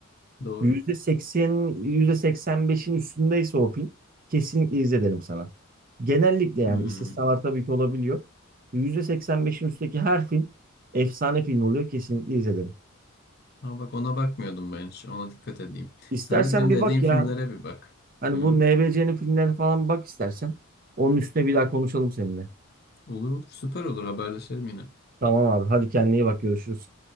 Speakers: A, on the left; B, on the right.
A: Doğru.
B: %80, %85'in üstündeyse o film kesinlikle izle derim sana. Genellikle yani
A: Hı.
B: istisnalar tabii ki olabiliyor. %85'in üstteki her film efsane film oluyor kesinlikle izledim.
A: Ama bak ona bakmıyordum ben hiç. Ona dikkat edeyim.
B: İstersen
A: Sen de benim
B: bir
A: dediğim
B: bak ya
A: filmlere bir bak.
B: Hani
A: Hı.
B: bu NBC'nin filmlerine falan bak istersen. Onun üstüne bir daha konuşalım seninle.
A: Olur olur. Süper olur. Haberleşelim yine.
B: Tamam abi. Hadi kendine iyi bak. Görüşürüz.